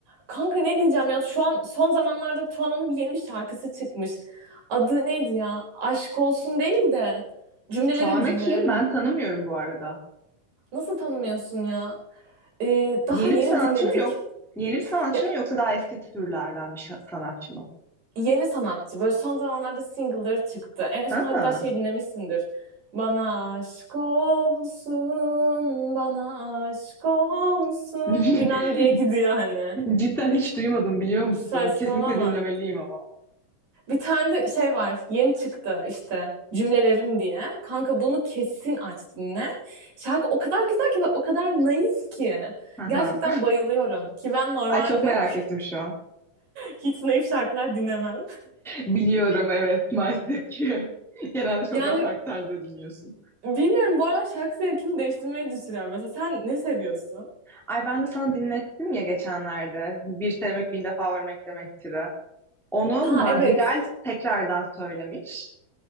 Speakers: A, on the right; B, in the centre.
A: Kanka ne diyeceğim ya şu an son zamanlarda Tuana'nın bir yeni bir şarkısı çıkmış. Adı neydi ya? Aşk olsun değil de cümlelerim
B: Tuana
A: cümlelerim.
B: kim? Ben tanımıyorum bu arada.
A: Nasıl tanımıyorsun ya? Ee, daha
B: Yeni
A: yeni
B: bir sanatçı
A: dinledik.
B: mı yok? Yeni bir sanatçı
A: Ya,
B: mı yoksa daha eski türlerden bir şa- sanatçı mı?
A: yeni sanatçı böyle son zamanlarda single'ları çıktı. En son
B: Ha.
A: hatta şey dinlemişsindir. Bana aşk olsun, bana aşk olsun
B: <laughs>
A: bilmem diye gidiyor hani.
B: Cidden hiç duymadım biliyor musun?
A: Saçmalama.
B: Kesinlikle dinlemeliyim ama.
A: Bir tane de şey var. Yeni çıktı işte cümlelerim diye. Kanka bunu kesin aç dinle. Şarkı o kadar güzel ki ve o kadar naif ki.
B: Aha.
A: Gerçekten bayılıyorum. Ki ben normalde
B: Ay çok merak ettim şu an.
A: hiç naif şarkılar dinlemem.
B: Biliyorum evet maalesef ki. <laughs> Genelde çok
A: Yani
B: daha farklı tarzda dinliyorsun.
A: bilmiyorum bu arada şarkı zevkimi değiştirmeyi düşünüyorum. Mesela sen ne seviyorsun?
B: Ay ben de sana dinlettim ya geçenlerde. Bir sevmek bin defa ölmek demektir'i. Onu
A: Ha
B: Madrigal
A: evet.
B: tekrardan söylemiş.